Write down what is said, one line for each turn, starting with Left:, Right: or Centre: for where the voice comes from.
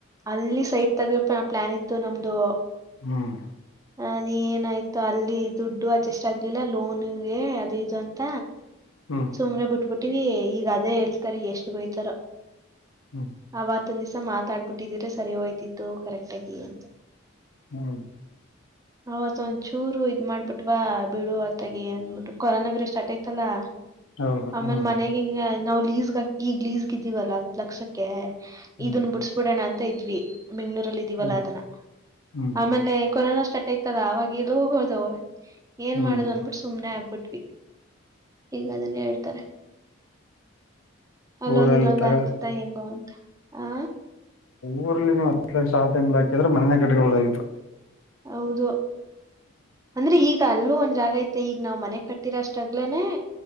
Right: ಅಲ್ಲಿ ಸೈಟ್ ತಗ ಪ್ಲಾನ್ ಇತ್ತು ನಮ್ದು
Left: ಹ್ಮ್
Right: ಅದ ಏನಾಯ್ತು ಅಲ್ಲಿ ದುಡ್ಡು ಅಡ್ಜಸ್ಟ್ ಆಗ್ಲಿಲ್ಲ ಲೋನ್ ಅದು ಇದು ಅಂತ
Left: ಹ್ಮ್
Right: ಸುಮ್ನೆ ಬಿಟ್ಬಿಟ್ಟಿವ ಈಗ ಅದೇ ಹೇಳ್ತಾರ ಎಷ್ಟು ಬಯತಾರ
Left: ಹ್ಮ್
Right: ಅವತ್ತೊಂದ್ ದಿಸ ಮಾತಾಡಬಿಟ್ಟಿದ್ರೆ ಸರಿ ಹೋಯ್ತಿತ್ತು ಕರೆಕ್ಟ್ ಅಂತ
Left: ಹ್ಮ
Right: ಅವತ್ ಒಂದ್ ಚೂರು ಇದ್ ಮಾಡ್ಬಿಟ್ವಾ ಬಿಡು ಆತಗ ಅನ್ಬಿಟ್ಟು ಕೊರೋನಾ ಬೇರೆ ಸ್ಟಾರ್ಟ್ ಆಯ್ತಲ್ಲಾ
Left: ಹೌದು
Right: ಆಮೇನ್
Left: ಹೌದು
Right: ಮನೆಗೆ ಹ ನಾವು ಲೀಸ್ಗಾ ಈಗ್ ಲೀಸ್ಗ್ದೀವಲ್ಲ ಹತ್ ಲಕ್ಷಕ್ಕೆ
Left: ಹ್ಮ್
Right: ಇದನ್ ಬಿಡ್ಸ್ಬಿಡೋಣ ಅಂತ ಇದ್ವಿ ಬೆಂ್ಳೂರಲ್ಲಿ ಇದೀವಲ್ಲ
Left: ಹ್ಮ್
Right: ಅದನ
Left: ಹ್ಮ್ ಹ್ಮ್
Right: ಆಮೇಲೆ ಕೊರೋನಾ ಸ್ಟಾರ್ಟ್ ಆಯ್ತಲ್ಲ ಅವಾಗ ಎಲ್ಲ ಹೋಗೋದು ಏನ್
Left: ಹ್ಮ್
Right: ಮಾಡದು್ ಅನ್ಬಿಟ್ು ಸುಮ್ನೆ ಆಗ್ಬಿಟ್ವಿ ಹೀಗ ಅದನ್ನೇ ಹೇಳ್ತಾರೆ ಅಲ್ಲೊಂದ್
Left: ಊರಲ್ಲಿ
Right: ಇಲ್ಲೊಂದ್
Left: ತಗ
Right: ಆಗ್ತಿತ್ತ ಹೆಂಗೋ ಅಂತ ಆ
Left: ಊರಲ್ಲಿ ನೀವು ಅ ಸಹಾಯ ಹಾಕಿದ್ರೆ ಮನೆ ಕಡೆಗ ಒಳಗತ್ತು
Right: ಹೌದು ಅಂದ್ರೆ ಈಗ ಅಲ್ಲೂ ಒಂದ್ ಜಾಗ ಐತೆ ಈಗ ನಾ್ ಮನೆ ಕಟ್ಟಿರಷ್ಟಾಗಗ್ಲೇನೆ